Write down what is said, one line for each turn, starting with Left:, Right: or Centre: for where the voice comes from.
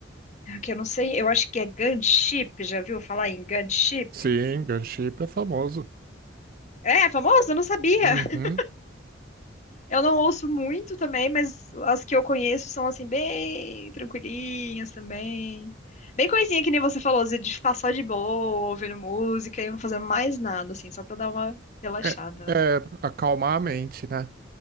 Left: Ah, Que eu não sei, eu acho que é gunship, já viu falar em gunship?
Right: Sim, gunship é famoso.
Left: É, famoso? Eu não sabia.
Right: Uhum.
Left: <laughs> Eu não ouço muito também, mas as que eu conheço são assim, bem tranquilinhas também. Bem coisinha que nem você falou, assim, de ficar só de boa, ouvindo música e não fazendo mais nada, assim, só pra dar uma relaxada,
Right: É,
Left: né?
Right: é acalmar a mente, né?